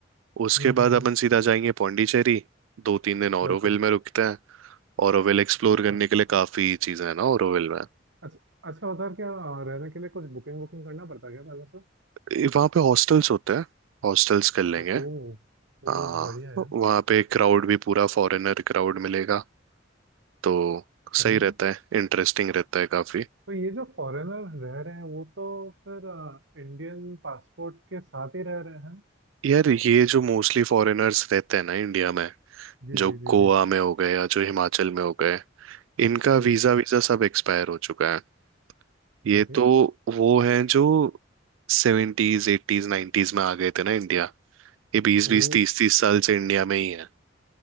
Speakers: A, on the right; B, on the right.
A: उसके
B: हम्म हम्म
A: बाद
B: हम्म
A: अपन सीधा जाएंगे पौंडीचेरी दो तीन दिन ओरोविल
B: बिल्कुल
A: में रुकते हैं ओरोविल एक्सप्लोर
B: अच्छा
A: करने के लिए काफी चीजें हैं ना ओरोविल में
B: अच्छा अच्छा उधर क्या अ, रहने के लिए कुछ बुकिंग वुकिंग करना पड़ता है क्या पहले से
A: ए, वहाँ पे हॉस्टल्स होते हैं हॉस्टल्स कर लेंगे
B: ओह ओह
A: हाँ
B: बढ़िया यार
A: वहाँ पे क्राउड भी पूरा फॉरेनर क्राउड मिलेगा तो
B: सही
A: सही
B: है।
A: रहता है इंटरेस्टिंग रहता है काफी
B: तो ये जो फॉरेनर रह रहे हैं वो तो फिर आ, इंडियन पासपोर्ट के साथ ही रह रहे हैं
A: यार ये जो मोस्टली फॉरेनर्स रहते हैं ना इंडिया में
B: जी
A: जो
B: जी जी
A: गोवा
B: जी
A: में हो गए या जो हिमाचल में हो गए इनका
B: जी
A: वीजा वीजा सब एक्सपायर हो चुका है ये
B: अरे
A: तो वो हैं जो सेवेंटीज एटीज नाइन्टीज में आ गए थे ना इंडिया ये बीस बीस
B: ओ
A: तीस तीस साल से इंडिया में ही है